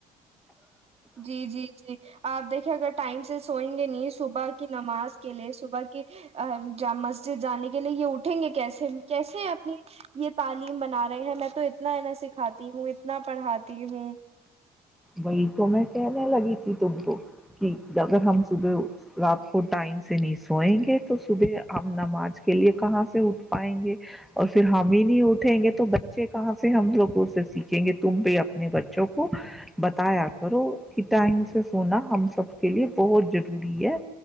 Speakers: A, on the right; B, in the centre.
A: جی جی جی آپ دیکھیے اگر ٹائم سے سوئیں گے نہیں صبح کی نماز کے لیے صبح کے جامس جانے کے لیے یہ اٹھیں گے کیسے کیسے آپ یہ تعلیم بنا رہے ہیں میں تو اتنا انیں سکھاتی ہوں اتنا پڑھاتی ہوں
B: وہی تو میں کہنے لگی تھی تم کو کہ اگر ہم صبح رات کو ٹائم سے نہیں سوئیں گے تو صبح ہم نماز کے لیے کہاں سے اٹھ پائیں گے اور پھر ہم ہی نہیں اٹھیں گے تو بچے کہاں سے ہم لوگوں سے سیکھیں گے تم بھی اپنے بچوں کو بتایا کرو کہ ٹائم سے سونا ہم سب کے لیے بہت ضروری ہے